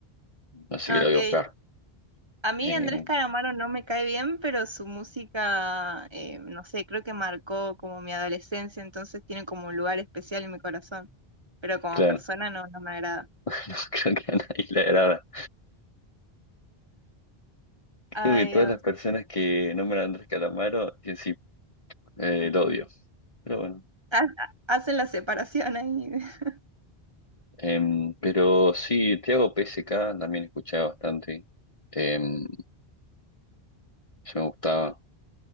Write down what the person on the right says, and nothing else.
Ok,
A mí
Andrés Calamaro no me cae bien, pero su música, eh, no sé, creo que marcó como mi adolescencia, entonces tiene como un lugar especial en mi corazón, pero como
persona no, no me agrada.
Ay,
Dios.
Ha- Hacen la separación ahí. <laughs>